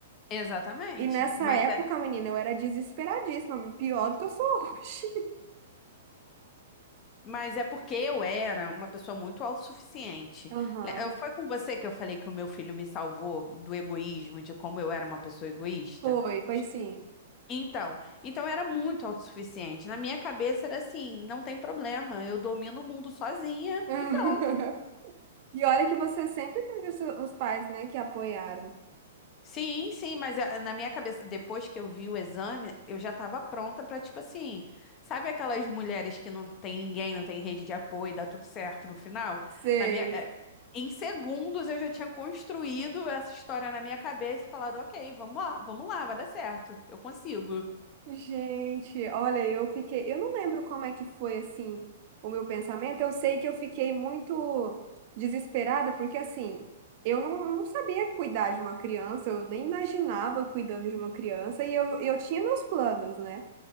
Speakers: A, on the left (about 30°); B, on the right (about 50°).
A: Exatamente,
B: E nessa
A: mas
B: época,
A: é,
B: menina, eu era desesperadíssima, pior do que eu sou hoje.
A: mas é porque eu era uma pessoa muito autossuficiente.
B: <laughs> Aham.
A: Le- eu- Foi com você que eu falei que o meu filho me salvou do egoísmo, de como eu era uma pessoa egoísta?
B: Foi, foi
A: Acho
B: sim.
A: que- Então, então eu era muito autossuficiente. Na minha cabeça era assim, não tem problema, eu domino o mundo sozinha
B: <laughs>
A: e pronto.
B: E olha que você sempre teve os seus- os pais, né, que apoiaram.
A: Sim, sim, mas ah, na minha cabeça, depois que eu vi o exame, eu já tava pronta pra, tipo assim, sabe aquelas mulheres que não tem ninguém, não tem rede de apoio, dá tudo certo no final?
B: Sei.
A: Na minha, eh, em segundos eu já tinha construído essa história na minha cabeça e falado, ok, vamos lá, vamos lá, vai dar certo, eu consigo.
B: Gente, olha, eu fiquei. Eu não lembro como é que foi assim o meu pensamento. Eu sei que eu fiquei muito desesperada, porque assim, eu não, não sabia cuidar de uma criança, eu nem imaginava cuidando de uma criança, e eu, eu tinha meus planos, né?